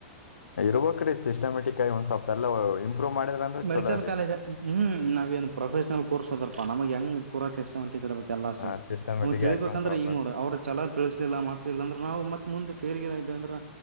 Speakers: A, on the left; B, on the right.
A: ಇರ್ಬೇಕ್ರೀ ಸಿಸ್ಟಮೆಟಿಕ್ಗ ಒಂದ್ ಸ್ವಲ್ಪ ಎಲ್ಲ ಇಂಪ್ರೂವ್ ಮಾಡಿದ್ರ ಅಂದ್ರ
B: ಮೆಡಿಕಲ್
A: ಚಲೋ ರೀ
B: ಕಾಲೇಜ್ ಹ್ಮ್ ನಾವ ಏನ್ ಪ್ರೊಫೆಷನಲ್ ಕೋರ್ಸ್ ಹೋದ್ರಪ್ಪಾ ನಮ್ ಹೆಂಗ ಪೂರಾ ಚೆಷ್ಟೆ ಮಟ್ಟಿಡಬೇಕ ಎಲ್ಲಾ
A: ಆ ಸಿಸ್ಟಮೆಟಿಕ್
B: ನಮ ತಿಳಿಬೇಕಂದ್ರೆ
A: ಯಾಕಂದ್
B: ಈಗ
A: ಫಸ್ಟ್
B: ನೋಡ ಅವ್ರ ಚಲ ತಿಳಿಸ್ಲಿಲ್ಲ ಮಾಡ್ಲಿಲ್ಲ ಅಂದ್ರೆ ನಾವು ಮತ್ಂದ್ ಫರ್ಗಿಾ ಇದ್ದೇವಂದ್ರ